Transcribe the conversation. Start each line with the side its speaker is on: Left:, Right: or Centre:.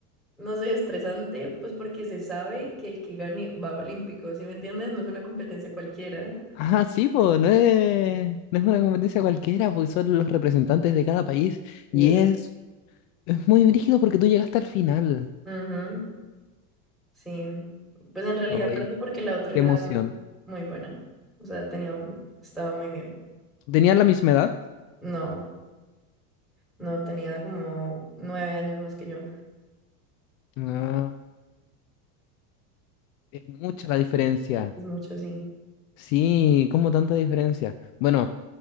Centre: no sé, estresante, pues porque se sabe que el que gane va a Olímpicos, ¿sí me entiendes? No es una competencia cualquiera.
Left: Ah, sí, pues, no es, no es una competencia cualquiera, pues, son los representantes de cada país.
Centre: Sí,
Left: Y
Centre: exacto.
Left: es, es muy brígido porque tú llegaste al final.
Centre: Ujú, Sí, pues en realidad
Left: Ay,
Centre: perdí porque la otra
Left: qué
Centre: era
Left: emoción.
Centre: muy buena, o sea, tenía, un- estaba muy bien.
Left: ¿Tenían la misma edad?
Centre: No, no, tenía como nueve años más que yo.
Left: Ah, es mucha la diferencia.
Centre: Es mucho, sí.
Left: Sí, ¿cómo tanta diferencia? Bueno,